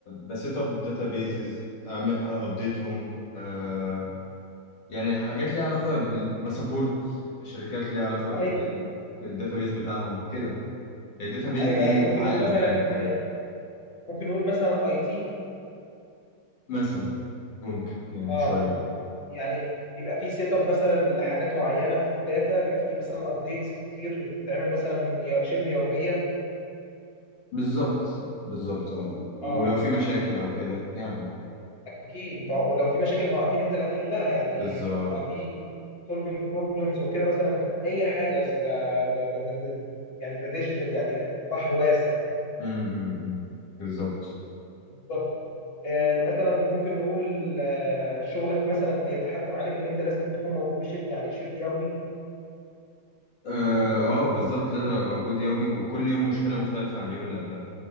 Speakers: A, on the left (about 80°); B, on the left (about 35°).
A: بسيت اب داتابيزز اعمل ابديتهم أه يعني حاجات ليها علاقة بال بسبورت شركات ليها علاقة
B: ايوه
A: بال- بالداتابيز بتاعهم كده الداتابيز
B: ايوه
A: دي
B: يعني ممكن
A: عالم
B: نقول مثلا
A: يعني كامل
B: آه، ممكن نقول مثلا اي تي
A: مثلا ممكن يعني
B: اه
A: شوية
B: يعني بيبقى في سيت اب مثلا لحاجات معينه في الداتا بيبقى في مثلا ابديتس كتير بتتعمل مثلا يو- شبه يوميه
A: بالظبط بالظبط اه
B: اه
A: ولو في مشاكل او كده يعني
B: اكيد ما هو لو في مشاكل ما هو اكيد انت اللي هتحلها يعني
A: بالظبط
B: بتبقى في سولفينج بروبلمز وكده مثلا في اي حاجه اصل ده ده ده ده ده- يعني ده ديجيتال يعني بحر واسع
A: امم بالظبط
B: بالظبط آه، مثلا ممكن نقول آه، شغلك مثلا بيتحتم عليك ان انت لازم تكون موجود بشبه يعني شبه يومي
A: اه آه، بالظبط لازم ابقى موجود يومي وكل يوم مشكله مختلفه عن اليوم اللي قبلها